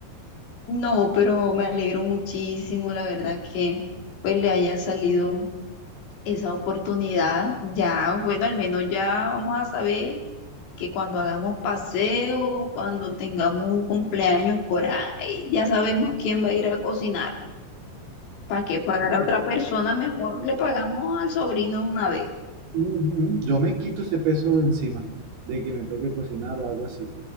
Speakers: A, on the left (about 75°); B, on the right (about 60°).
A: No, pero me alegro muchísimo, la verdad que pues le haya salido esa oportunidad, ya, bueno, al menos ya vamos a saber que cuando hagamos paseo, cuando tengamos un cumpleaños por ahí, ya sabemos quién va a ir a cocinar. ¿Para qué pagar a otra persona? Mejor le pagamos al sobrino de una vez.
B: Ujú, Yo me quito ese peso de encima de que me toque cocinar o algo así.